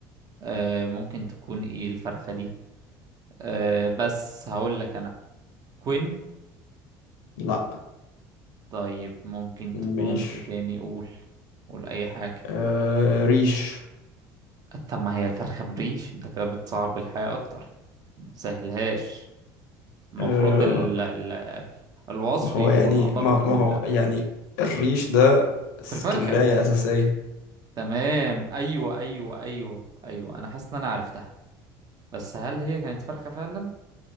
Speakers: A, on the right; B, on the left.
A: آه ممكن تكون ايه الفرخة دي آه بس هقول لك انا كوين
B: لا
A: طيب ممكن
B: مش
A: تكون ايه تاني قول قول اي حاجة
B: آه ريش
A: طب ما هي الفرخة بريش انت كده بتصعب الحياة اكتر متسهلهاش المفروض
B: آه
A: ال ال الوصف
B: ما هو
A: يكون
B: يعني
A: ادق
B: ما,
A: من
B: ما هو
A: اللي قبله
B: يعني الريش ده سكلاية
A: في الفرخة
B: أساسية
A: تمام ايوه ايوه ايوه ايوه انا حاسس ان انا عرفتها بس هل هي كانت فرخة فعلا